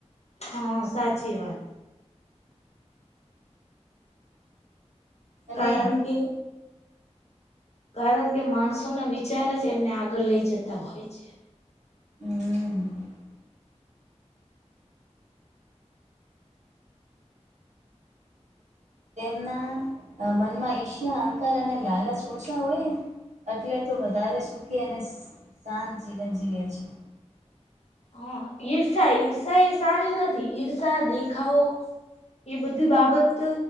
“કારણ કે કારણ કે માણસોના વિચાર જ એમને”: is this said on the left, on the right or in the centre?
Left